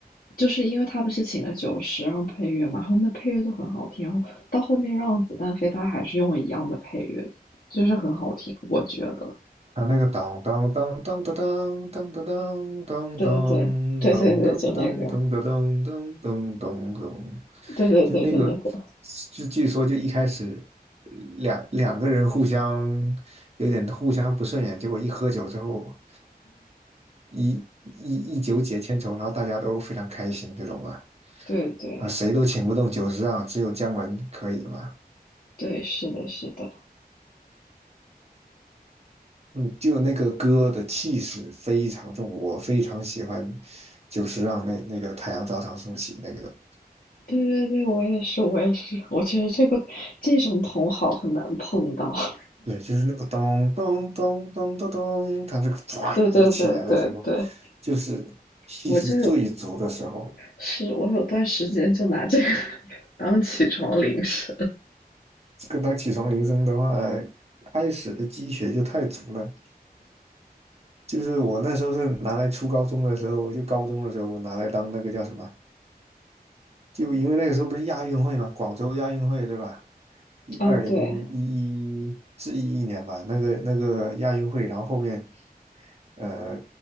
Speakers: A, on the left; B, on the right.
A: 就是因为他不是请了九十让配乐嘛，然后那配乐就很好听，然后到后面让子弹飞，他还是用了一样的配乐，就是很好听，我觉得。
B: 他那个当当当当当当当当当当当当当当当当当当当当，
A: 对对对对对对，就那个，对对对，
B: 就那个，
A: 就那个，
B: 就据说就一开始两两个人互相有点互相不顺眼，结果一喝酒之后一一一酒解千愁，然后大家都非常开心这种嘛，
A: 对对
B: 啊，谁都请不动酒桌上，只有姜文可以嘛。
A: 对，是的，是的，
B: 嗯，就那个歌的气势非常重，我非常喜欢就是让那那个《太阳照常升起》那个，
A: 对对对，我也是，我也是，我觉得这个这种同好很难碰到。<laughs>
B: 对，就是那个咚咚咚咚咚咚，它这个唰一起来的时候，
A: 对对对对对，
B: 就是气势最足的时候。
A: 我就是是我有段时间就拿这个 <laughs> 当起床铃声。
B: 这个当起床铃声的话，开始的积雪就太足了。就是我那时候是拿来初高中的时候，就高中的时候拿来当那个叫什么就因为那个时候不是亚运会嘛，广州亚运会对吧？一二零一一是一一年吧，
A: 啊，对，
B: 那个那个亚运会，然后后面，呃，